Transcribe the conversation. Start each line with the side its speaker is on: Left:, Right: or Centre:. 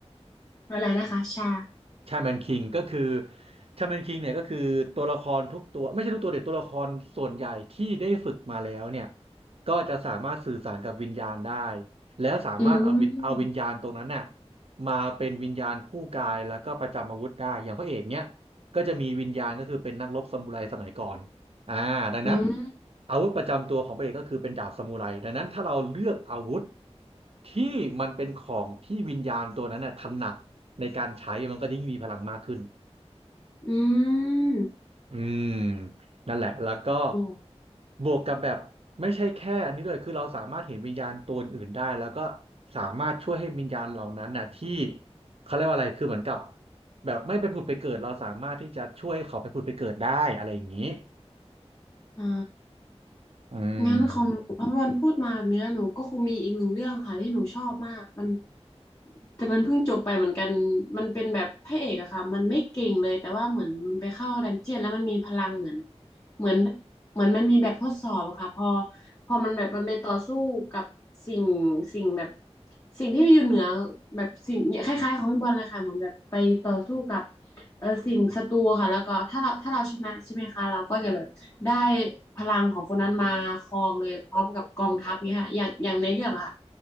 Left: อะไรนะคะชา
Right: ชาแมนคิงก็คือชาแมนคิงเนี่ยก็คือตัวละครทุกตัวไม่ใช่ทุกตัวเด็กตัวละครส่วนใหญ่ที่ได้ฝึกมาแล้วเนี่ยก็จะสามารถสื่อสารกับวิญญาณได้แล้วสามารถเอาวิญเอาวิญญาณตรงนั้นน่ะ
Left: อืม
Right: มาเป็นวิญญาณคู่กายแล้วก็ประจำอาวุธได้อย่างพระเอกเนี่ยก็จะมีวิญญาณก็คือเป็นนักรบซามูไรสมัยก่อนอ่าดังนั้น
Left: อืม
Right: อาวุธประจำตัวของพระเอกก็คือเป็นดาบซามูไรดังนั้นถ้าเราเลือกอาวุธที่มันเป็นของที่วิญญาณตัวนั้นน่ะถนัด ในการใช้มันก็จะยิ่งมีพลังมากขึ้น
Left: อืม
Right: อืมนั่นแหละแล้วก็
Left: โอ้
Right: บวกกับแบบไม่ใช่แค่อันนี้เลยคือเราสามารถเห็นวิญญาณตัวอื่นได้แล้วก็สามารถช่วยให้วิญญาณเหล่านั้นน่ะที่เขาเรียกว่าอะไรคือเหมือนกับแบบไม่ไปผุดไปเกิดเราสามารถที่จะช่วยเขาไปผุดไปเกิดได้อะไรอย่างนี้
Left: อ่า
Right: อืม
Left: งั้นของหนูพอพพูดมาแบบนี้แล้วหนูก็คงมีอีกหนึ่งเรื่องค่ะที่หนูชอบมากมันแต่มันเพิ่งจบไปเหมือนกันมันเป็นแบบพระเอกอะค่ะมันไม่เก่งเลยแต่ว่าเหมือนมันไปเข้าดันเจียนแล้วมันมีพลังเหมือนเหมือนเหมือนมันมีแบบทดสอบอะค่ะพอพอมันแบบมันไปต่อสู้กับสิ่งสิ่งแบบสิ่งที่อยู่เหนือแบบสิ่งคล้ายๆของพี่บอลเลยค่ะเหมือนแบบไปต่อสู้กับ เออสิ่งศัตรูค่ะแล้วก็ถ้าเราถ้าเราชนะใช่ไหมคะเราก็จะแบบได้พลังของคนนั้นมาครองเลยพร้อมกับกองทัพเนี้ยค่ะอย่างอย่างในเรื่องอะค่ะ